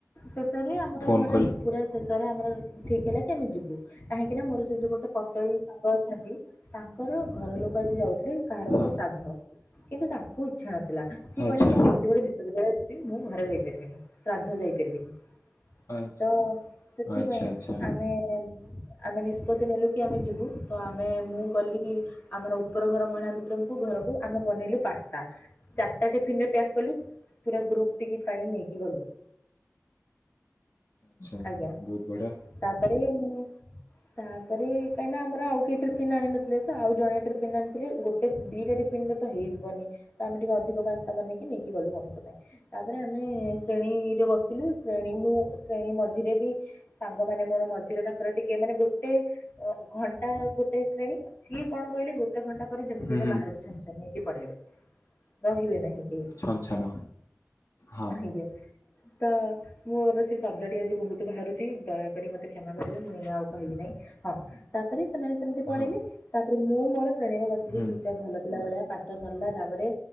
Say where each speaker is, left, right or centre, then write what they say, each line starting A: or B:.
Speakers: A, on the left; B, on the left.
A: ଶେଷରେ ଆମର
B: ଫୋନ୍
A: ମାନେ
B: କଲେ
A: ପୁରା ଶେଷରେ ଆମର ଠିକ ହେଲା କି ଆମେ ଯିବୁ। କାହିଁକି ନା ମୋର ସେ ଯୋଉ ଗୋଟେ ପତଳି ସାଙ୍ଗ ଅଛନ୍ତି ତାଙ୍କର ଘର ଲୋକ ଯିଏ ଯାଉଥିଲେ କାହାର
B: ହଁ
A: ଗୋଟେ ଶ୍ରାଦ୍ଧ। କିନ୍ତୁ ତାଙ୍କୁ ଇଚ୍ଛା ନ ଥିଲା। ସିଏ
B: ଆଚ୍ଛା
A: କହିଲେ ମୁଁ କେମିତି ଗୋଟେ ବିଶ୍ୱବିଦ୍ୟାଳୟ ଯିବି। ମୁଁ ଘରେ ରହିପାରିବିନି। ଶ୍ରାଦ୍ଧ ଯାଇପାରିବିନି।
B: ଆଚ୍ଛା।
A: ତ ସେଥିପାଇଁ
B: ଆଚ୍ଛା ଆଚ୍ଛା ଆଚ୍ଛା
A: ଆମେ ଆମେ ନିଷ୍ପତ୍ତି ନେଲୁ କି ଆମେ ଯିବୁ। ତ ଆମେ ମୁଁ ଗଲି ଆମର ଉପର ଘର ମହିଳା ମିତ୍ରଙ୍କୁ ଘରକୁ ଆମେ ବନେଇଲୁ ପାସ୍ତା ଚାଟା ଟିଫିନରେ ପ୍ୟାକ୍ କଲୁ। ପୁରା ଗ୍ରୁପ୍ ଟି କି ପାଇଁ ନେଇକି ଗଲୁ।
B: ଆଚ୍ଛା
A: ଆଜ୍ଞା,
B: ବହୁତ ବଢ଼ିଆ
A: ତାପରେ ମୁଁ ତାପରେ କାହିଁକିନା ଆମର ଆଉ କେହି ଟ୍ରିଫିନ ଆଣି ନଥିଲେ ତ। ଆଉ ଜଣେ ଟିଫିନ ଆଣିଥିଲି ଗୋଟେ ଦିଟା ଟିଫିନ ର ତ ହେଇବନି। ତ ଆମେ ଟିକେ ଅଧିକ ପାସ୍ତା ବନେଇକି ନେଇକି ଗଲୁ ଆମେ ତ। ପାଇଁ ତାପରେ ଆମେ ଶ୍ରେଣୀରେ ବସିଲୁ। ଶ୍ରେଣୀ ମୁଁ ଶ୍ରେଣୀ ମଝିରେ ବି ସାଙ୍ଗ ମାନେ ମୋର ମଝିରେ ତାଙ୍କର ଟିକେ ମାନେ ଗୋଟେ ଅ, ଘଣ୍ଟା ଗୋଟେ ଶ୍ରେଣୀ। ସିଏ କଣ କହିଲେ ଗୋଟେ ଘଣ୍ଟା ପରେ ଯେମିତିରେ
B: ହୁଁ ହୁଁ
A: ବାହାରକୁ ଛନ୍ ଛନ୍ ହେଇକି ପଳେଇବେ। ରହିବେ ନାହିଁ। କେହି
B: ଛନ୍ ଛନ୍ ହଁ।
A: ଆଜ୍ଞା ତ ମୋର ସେ ଶବ୍ଦଟି ଆଜି ବହୁତ ବାହାରୁଚି। ଦୟାକରି ମୋତେ କ୍ଷମା କରିବେ ମୁଁ ଏଇନେ ଆଉ କହିବି ନାହିଁ? ହଁ ତାପରେ ସେମାନେ ସେମିତି ପଳେଇଲେ।
B: ହଁ
A: ତାପରେ ମୁଁ ମୋର ଶ୍ରେଣୀରେ ବସିଲି
B: ହୁଁ।
A: ଚୁପଚାପ୍ ଭଲ ପିଲା ଭଳିଆ। ପା ସରିଲା ତାପରେ